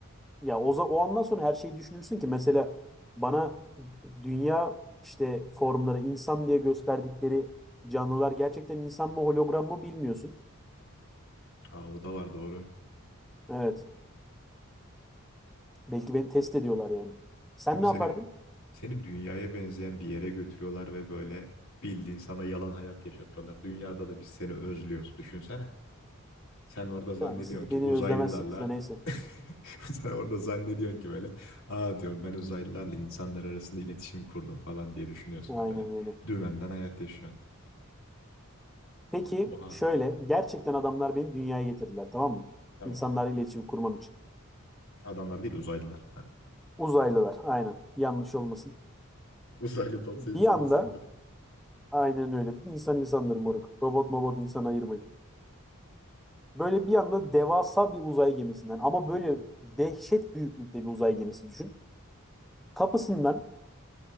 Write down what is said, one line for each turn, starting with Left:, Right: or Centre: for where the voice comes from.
Centre: Ya o, za- o andan sonra her şeyi düşünürsün ki mesela bana dünya işte formları insan diye gösterdikleri canlılar gerçekten insan mı hologram mı bilmiyorsun.
Left: Aa o da var doğru.
Centre: Evet. Belki beni test ediyorlar yani. Sen
Left: Değil mi?
Centre: ne
Left: Seni
Centre: yapardın?
Left: Seni dünyaya benzeyen bir yere götürüyorlar ve böyle bildiğin sana yalan hayat yaşatıyorlar. Dünyada da biz seni özlüyoruz. Düşünsene. Sen orada zannediyorsun
Centre: Yani siz
Left: ki
Centre: beni
Left: uzaylılarla
Centre: özlemezsiniz de neyse.
Left: <laughs> sen orada zannediyorsun ki böyle aa diyorum ben uzaylılarla insanlar arasında iletişim kurdum falan diye düşünüyorsun
Centre: Aynen
Left: böyle.
Centre: öyle.
Left: Dümenden hayat yaşıyorsun.
Centre: Peki
Left: Oha.
Centre: şöyle gerçekten adamlar beni dünyaya getirdiler tamam mı?
Left: Tamam.
Centre: İnsanlarla iletişim kurmam için.
Left: Adamlar değil uzaylılar. Heh.
Centre: Uzaylılar aynen yanlış olmasın.
Left: <laughs> Uzaylı da olsa
Centre: Bir
Left: insan
Centre: anda
Left: insandır.
Centre: aynen öyle. İnsan insandır moruk. Robot mobot insan ayırmayın. Böyle bir anda devasa bir uzay gemisinden ama böyle dehşet büyüklükte bir uzay gemisi düşün. Kapısından